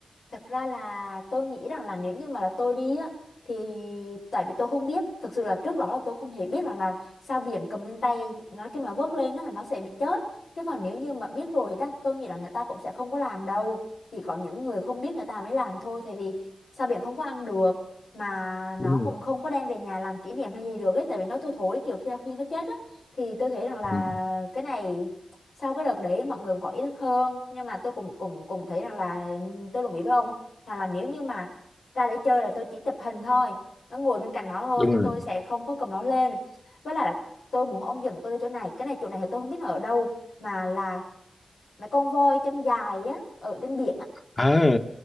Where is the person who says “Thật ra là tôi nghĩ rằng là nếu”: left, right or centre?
Left